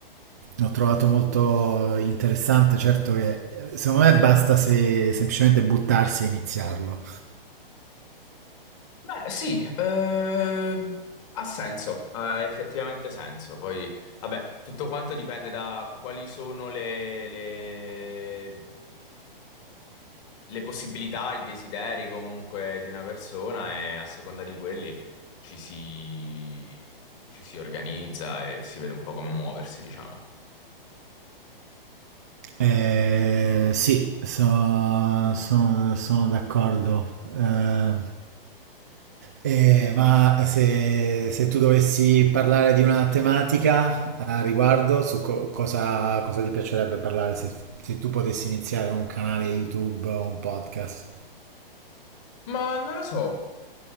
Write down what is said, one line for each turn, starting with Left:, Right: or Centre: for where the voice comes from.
Right: l'ho trovato molto interessante, certo che eh, secondo me basta se semplicemente buttarsi e iniziarlo.
Left: Beh, sì, eh, ha senso, ha effettivamente senso. Poi, vabbè, tutto quanto dipende da quali sono le, le le possibilità, i desideri comunque di una persona e a seconda di quelli ci si, ci si organizza e si vede un po' come muoversi, diciamo.
Right: Eh, sì, so- sono, sono d'accordo. Eh, eh, ma se, se tu dovessi parlare di una tematica eh, a riguardo, su co- cosa, cosa ti piacerebbe parlare se, se tu potessi iniziare un canale YouTube o un podcast?
Left: Ma non lo so,